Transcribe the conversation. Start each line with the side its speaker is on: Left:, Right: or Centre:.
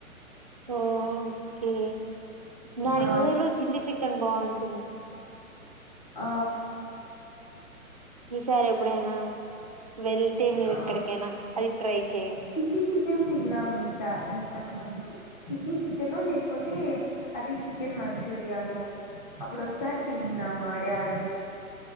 Right: ఓ కే దాని
Left: ఆ
Right: బదులు చిల్లీ చికెన్ బావుంటుంది.
Left: ఆ
Right: ఈసారి ఎప్పుడైనా వెళ్తే మీరు
Left: ఆ
Right: ఎక్కడికైనా అది ట్రై చేయండి.
Left: చిల్లీ చికెన్ తిన్నాము ఇసా ఇంతకు ముందు చిల్లీ చికెనో లేకపోతే అది చికెన్ మంచూరియానో అప్పుడొకసారి తినిన్ న్నాము ఆడే అరబి